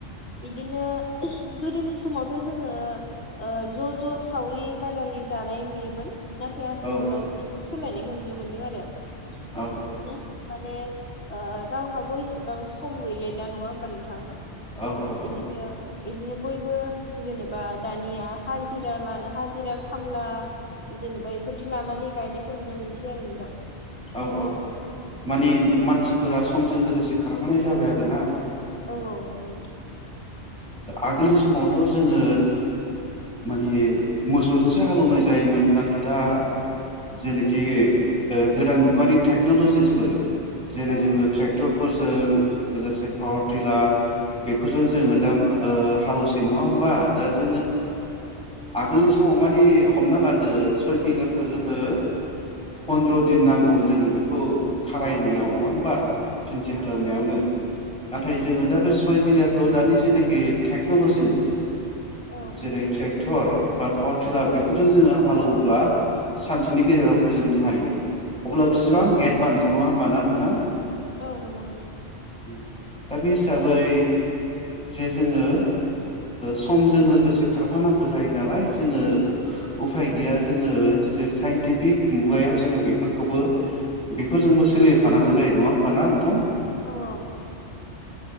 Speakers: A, on the left (about 65°); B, in the centre.
A: बिदिनो गोदोनि समावथ' जों ङो ओ ज' ज' सावरि बादालि जानाय नुयोमोन नाथाय आथिखालाव
B: औ
A: सोलायनायखौ नुनो मोनदों आरो
B: औ औ
A: माने ओ रावहाबो एसेबां सम गैलायला नङा होमबा नोंथां।
B: औ औ
A: बिदिनो बिदिनो बयबो जेनेबा दानिया हाजिरा ल हाजिरा खामला जेनेबा बेफोरदि लानानै गायनायखौ नुनो मोनसै आरो नोंथां
B: औ औ माने
A: औ
B: मानसिफोरा समजों लोगोसे खारफानाय जाबाय आरो ना
A: औ औ नोंगौमोनथ'।
B: आगोलनि समावथ' जोङो माने मोसौजोंसो हालेौवनाय जायोमोन नाथाय दा
A: औ
B: जेरै जि गोदान मुगानि टेक्न'ल'जिसफोर जेरै
A: औ
B: जोङो ट्रेक्टर फोरजों लोगोसे पावार टिलार बेफोरजों जोङो
A: औ
B: हालौसे नङा हबा दा ज आगोलनि समाव मानिे हमना लादो सय बिगाखौ जोङो अन्द्र' दिन नांग जोङो बेखौ खारायनायाव नङा होमबा
A: औ
B: फिनसि हालेवनायावनो नाथाय जोङो दा बे सय <inaudible> दानि नखि टेक्नलजिस
A: औ
B: जेरै थर बा पावार टिलार बेफोरजों जोङो हालौव अब्ला सानसेनि गेजेराव फोजोबनो हायो। अब्ला बेसेबां
A: औ
B: एडभान्स नङा होमबा ना नोंथां।
A: औ नंगौ नोंथां।
B: उम दा बे हिसाबै जे जोङो समजों लोगोसे खारफानांगौ जायो नालाय जोङो उफाय गैया जोङो जे साइनटिफिक मुगायाव जोङो बेफोरखौबो बेफोरजोंबो सोलिफानांगौ जायो नङा मा नोंथां
A: औ